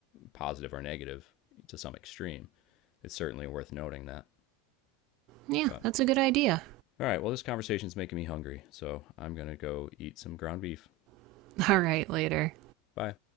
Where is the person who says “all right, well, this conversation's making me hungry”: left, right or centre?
Left